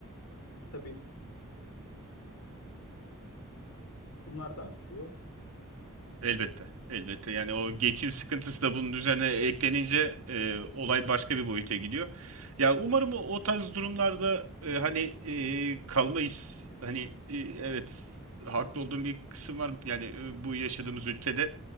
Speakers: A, on the left (about 70°); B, on the right (about 70°).
A: E tabii bunlar da aksıyor.
B: Elbette. Elbette. Yani o geçim sıkıntısı da bunun üzerine eklenince e, olay başka bir boyuta gidiyor. Ya umarım o, o tarz durumlarda e, hani e, kalmayız. Hani e, evet haklı olduğum bir kısım var. Yani e, bu yaşadığımız ülkede